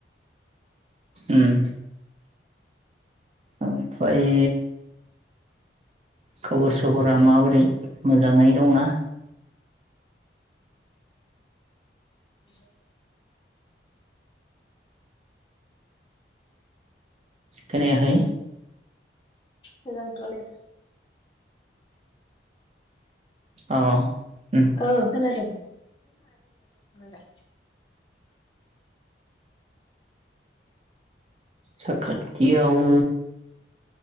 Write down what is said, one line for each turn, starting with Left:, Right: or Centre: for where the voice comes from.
Right: उम ओमफ्राय खबर सबरा माबोरै मोजांङै दंना
Left: <inaudible> <unintelligible>
Right: खोनायाखै
Left: मोजां थ दे
Right: अ उम
Left: औ खोनादों <unintelligible>
Right: साखाथि आव